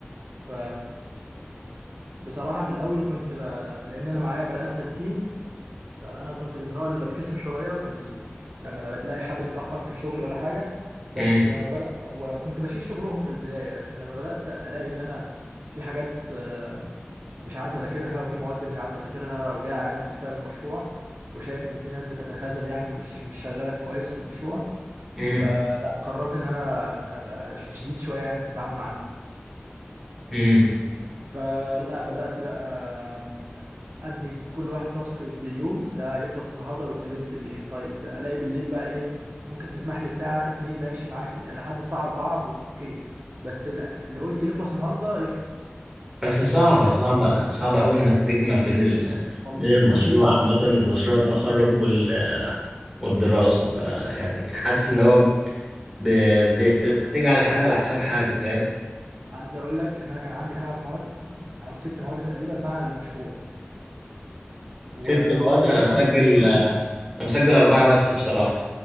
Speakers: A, on the right (about 55°); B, in the centre.
A: ف بصراحة في الأول كنت ب... لأن أنا معايا بنات في التيم فانا كنت من النوع اللي بتكسف شويه في ال... لما الاقي حد بيتاخر في الشغل ولا حاجه بس
B: امم
A: لما بدات وكنت بشيل شغلهم في البدايه لكن لما بدات الاقي ان انا في حاجات آه، مش عارف اذاكرها وفي مواد مش عارف اذاكرها وجاي على نفسي بسبب المشروع وشايف ان في ناس بتتخاذل يعني ومش مش شغاله كويس في المشروع
B: امم
A: فلا قررت ان انا ابقى شديد شويه يعني في التعامل معاهم
B: امم
A: فلا بدأت بقى آم، أدي كل واحد تاسك بيوم ده يخلص النهاردة ويتسلم لي بالليل طيب ألاقي بالليل بقى إيه ممكن تسمح لي ساعة اتنين ماشي معاك لحد الساعة أربعة ب- أوكي بس ال- اللي قلت يخلص النهاردة يخلص
B: بس صعبة
A: آه،
B: صعبة صعبة قوي انك تجمع بين ال...
A: والله
B: بين المشروع عامة
A: كنت
B: مشروع التخرج وال... والدراسة فيعني حاسس ان هو ب... بت... بتيجي على حاجة على حساب حاجة فاهم
A: عايز أقول لك إن أنا كان عندي خمس مواد أو ست مواد تقريبا مع المشروع و-
B: ست مواد
A: والست
B: انا مسجل
A: مواد كلهم
B: انا مسجل اربعه بس بصراحه